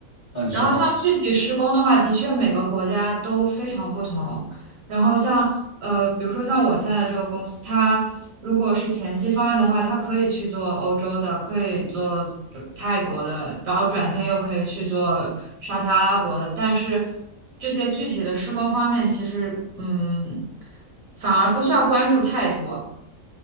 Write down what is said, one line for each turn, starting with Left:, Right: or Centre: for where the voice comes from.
Left: 啊，你说，
Right: 然后像具体施工的话，的确每个国家都非常不同。然后像呃，比如说像我现在的这个公司，它如果是前期方案的话，它可以去做欧洲的，可以做泰国的，然后转天又可以去做沙特阿拉伯的。但是这些具体的施工方面，其实嗯，反而不需要关注太多。